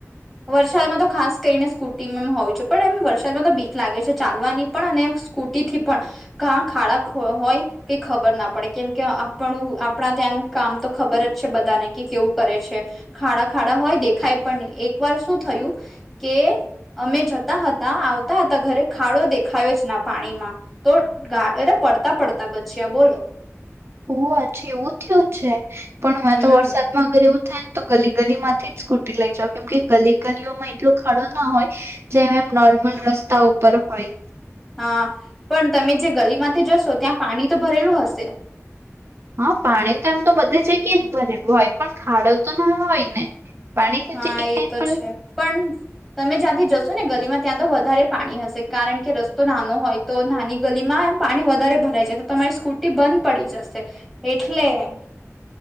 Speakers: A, in the centre; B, on the right.
A: વરસાદમાં તો ખાસ કરીને સ્કૂટીમાં એમ હોય છે પણ એમ વરસાદમાં તો બીક લાગે છે ચાલવાની પણ અને. સ્કૂટી થી પણ ક ખાડા હોય ક ખબર ના પડે કેમ કે આપણું આપણા ત્યાંનું કામ તો ખબર જ છે બધાને કે કેવું કરે છે ખાડા ખાડા હોય દેખાય પણ નહી એક વાર શું થયું કે અમે જતા હતા આવતા હતા ઘરે ખાડો દેખાયો જ ના પાણીમાં તો ગાને પડતા પડતા બચ્ચિયા બોલો
B: ઓ હછી એવું થયું જ છે પણ હં
A: હમ
B: તો વરસાદ માં અગર એવું થાય ને તો ગલી ગલી માંથી જ સ્કૂટી લઇ જાવ કેમ કે ગલી ગલીઓમાં એટલો ખાડો ના હોય. જેમ એમ નોર્મલ રસ્તા ઉપર હોય.
A: હા પણ તમે જે ગલીમાંથી જશો ત્યાં પાણી તો ભરેલું હશે.
B: હા પાણી તો એમ તો બધે જ ગ જ ભરે હોય પણ ખાડો તો ના હોય ને. પાણી છે
A: હા
B: એક ટાઈમ
A: એ તો
B: પણ
A: છે પણ તમે જ્યાંથી જશો ને ગલીમાં ત્યાં તો વધારે પાણી હશે કારણ કે રસ્તો નાનો હોય. તો નાની ગલીમાં પાણી વધારે ભરાય જાય તો તમારી સ્કૂટી બંધ પડી જશે. એટલે